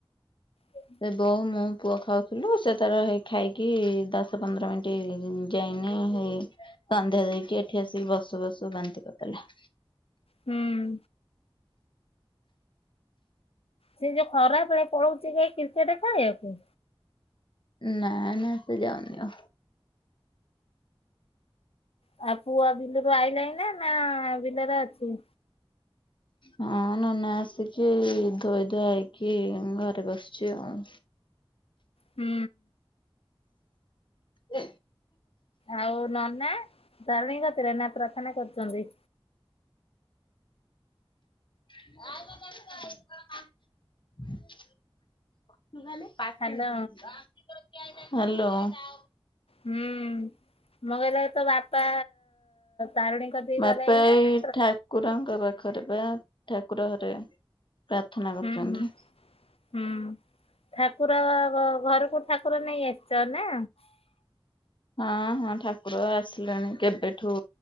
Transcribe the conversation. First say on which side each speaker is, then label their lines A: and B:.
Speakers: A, on the left (about 80°); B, on the left (about 55°).
A: ହୁଁ।
B: ସେ ବୋଉ, ମୁଁ, ପୁଅ ଖାଉଥିଲୁ ସେ ତାର ଖାଇକି ଦଶ ପନ୍ଦର ମିନିଟ୍ ଯାଇନି ହେଇ ସନ୍ଧ୍ୟା ଦେଇକି ଏଠି ଆସିକି ବସୁ - ବସୁ ବାନ୍ତି କରିଦେଲା।
A: ହୁଁ। ସେ ଯୋଉ ଖରାପ ବଳେ ପଳଉଛି କେ କ୍ରିକେଟ ଖେଳିବାକୁ
B: ନା ନା ସେ ଯାଉନି ଆଉ।
A: ଆଉ ପୁଅ ବିଲରୁ ଆଇଲାଣିି ନା ନା ବିଲରେ ଅଛି।
B: ହଁ ନା ନା ଆସିକି ଧୋଇ ଧୁଆ ହେଇକି ଘରେ ବସିଛି ଆଉ।
A: ହୁଁ।
B: ଏ।
A: ଆଉ ନନା ଧରଣୀ କତିରେ ନା ପ୍ରାର୍ଥନା କରୁଛନ୍ତି?
B: <unintelligible> hello.
A: Hello ହୁଁ ମୁଁ କହିଲି ତୋ ବା ପା ତାରିଣୀ କଦି
B: ବାପା
A: କରାଇ ନା
B: ଏଇ
A: ମାତ୍ର।
B: ଠାକୁରଙ୍କ ପାଖରେ ବା ଠାକୁର ଘରେ ପ୍ରାର୍ଥନା କରୁଛନ୍ତି।
A: ହୁଁ ହୁଁ ହୁଁ ଠାକୁର ଘରକୁ ଠାକୁର ନେଇ ଆସିଛ ନା?
B: ହଁ ହଁ ଠାକୁର ଆସିଲେଣି କେବେଠୁ